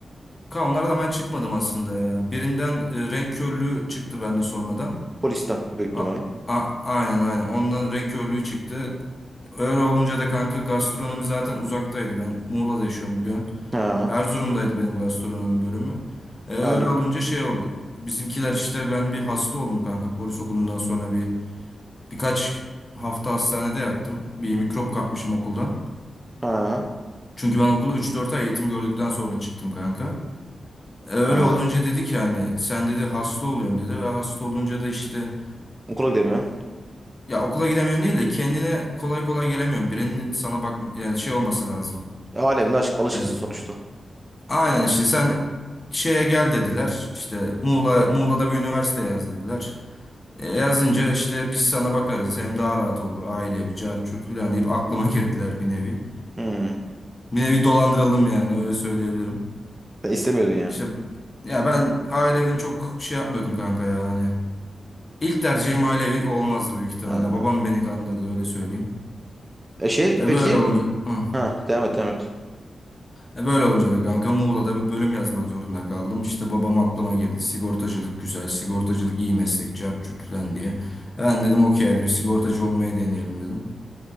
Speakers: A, on the left; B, on the right.
A: Kanka onlardan ben çıkmadım aslında ya. Birinden e, renk körlüğü çıktı bende sonradan.
B: Polisten büyük ihtimalle.
A: A, a- aynen aynen. Ondan renk körlüğü çıktı. Öyle olunca da kanka gastronomi zaten uzaktaydı. Ben Muğla'da yaşıyorum biliyorsun.
B: Ha,
A: Erzurum'daydı benim gastronomi bölümü. E, öyle
B: aynen.
A: olunca şey oldu. Bizimkiler işte ben bir hasta oldum kanka polis okulundan sonra bir Birkaç hafta hastanede yattım. Bir mikrop kapmışım okuldan.
B: Ha,
A: Çünkü ben okulu üç dört ay eğitim gördükten sonra çıktım kanka. E, öyle
B: ha.
A: olunca dedik yani sen dedi hasta oluyorsun dedi. Ve hasta olunca da işte
B: Okula gidemiyorsun.
A: ya okula gidemiyorsun değil de kendine kolay kolay gelemiyorsun. Birinin sana bak yani şey olması lazım.
B: E, aleminde alış alışkısın
A: E,
B: sonuçta.
A: aynen işte sen şeye gel dediler. İşte Muğla, Muğla'da bir üniversite yaz dediler. E, yazınca işte biz sana bakarız hem daha rahat olur aile bir cart curt falan deyip aklıma girdiler bir nevi.
B: Hmm.
A: Bir nevi dolandırıldım yani öyle söyleyebilirim.
B: Sen istemiyordun yani.
A: İşte ya ben aile çok şey yapmıyordum kanka ya hani. İlk tercihim ailevi olmazdı büyük ihtimalle.
B: Ha.
A: Babam beni kandırdı öyle söyleyeyim.
B: E şey
A: E
B: peki?
A: böyle olunca Hı.
B: Ha, devam et devam et.
A: E böyle olunca da kanka Muğla'da bir bölüm yazmak zorunda kaldım. İşte babam aklıma girdi. Sigortacılık güzel, sigortacılık iyi meslek, çarçurt falan diye. E ben dedim okey hadi bir sigortacı olmayı deneyelim dedim.